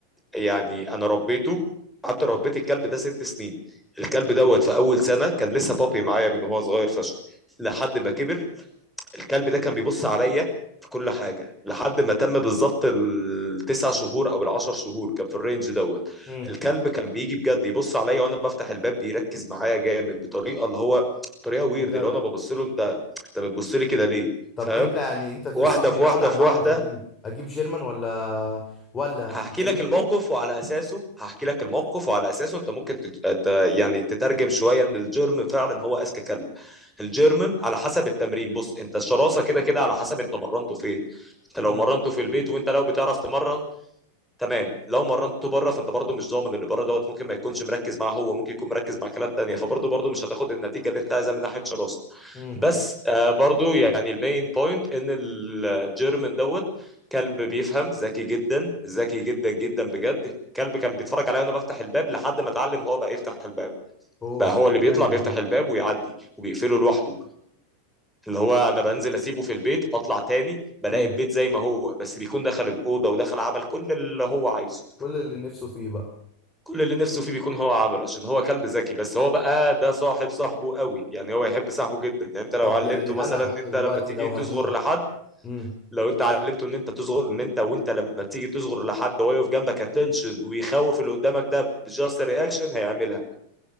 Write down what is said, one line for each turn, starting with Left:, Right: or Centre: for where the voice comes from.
Centre: يعني انا ربيته قعدت ربيت الكلب ده ست سنين الكلب دوت في اول سنه كان لسه بابي معايا من هو صغير فشخ لحد ما كبر الكلب ده كان بيبص عليا في كل حاجه لحد ما تم بالظبط التسع شهور او العشر شهور كان في الرينج دوت
Left: امم
Centre: الكلب كان بيجي بجد يبص عليا وانا بفتح الباب بيركز معايا جامد بطريقه اللي هو طريقه ويرد
Left: بجد
Centre: اللي هو انا ببص له انت انت بتبص لي كده ليه
Left: طب
Centre: فاهم
Left: انت يعني انت تنصحني
Centre: واحده في
Left: لو
Centre: واحده
Left: انا
Centre: في واحده
Left: هعرف اجيب اجيب جيرمان ولا ولا
Centre: هحكي
Left: بالينو
Centre: لك الموقف وعلى اساسه هحكي لك الموقف وعلى اساسه انت ممكن تت... ت- يعني تترجم شويه ان الجيرمن فعلا هو اذكى كلب الجيرمن على حسب التمرين بص انت الشراسه كده كده على حسب انت مرنته فين انت لو
Left: امم
Centre: مرنته في البيت وانت لو بتعرف تمرن تمام لو مرنته بره فانت برضه مش ضامن اللي بره دوت ممكن ما يكونش مركز مع هو ممكن يكون مركز مع كلاب تانية فبرضه برضه مش هتاخد النتيجه اللي انت عايزها من ناحيه شراسه
Left: امم
Centre: بس آه برضه يعني المين بوينت ان الجيرمن دوت كلب بيفهم ذكي جدا ذكي جدا جدا بجد الكلب كان بيتفرج عليا وانا بفتح الباب لحد ما اتعلم هو بقى يفتح الباب
Left: اوه
Centre: بقى هو اللي بيطلع
Left: جامد
Centre: بيفتح
Left: ده
Centre: الباب ويعدي وبيقفله لوحده اللي هو انا بنزل اسيبه في البيت اطلع تاني بلاقي
Left: امم
Centre: البيت زي ما هو بس بيكون دخل الاوضه ودخل عمل كل اللي هو عايزه
Left: كل اللي نفسه فيه بقى
Centre: كل اللي نفسه فيه بيكون هو عمله عشان هو كلب ذكي بس هو بقى ده صاحب صاحبه قوي يعني هو يحب صاحبه جدا يعني انت لو
Left: طب
Centre: علمته
Left: يعني
Centre: مثلا
Left: انا
Centre: انت
Left: انا دلوقتي
Centre: لما تيجي
Left: لو
Centre: تصغر
Left: هجيب
Centre: لحد
Left: امم
Centre: لو انت علمته ان انت تصغر ان انت وانت لما تيجي تصغر لحد هو يقف جنبك اتنشن ويخوف اللي قدامك ده بجاست رياكشن هيعملها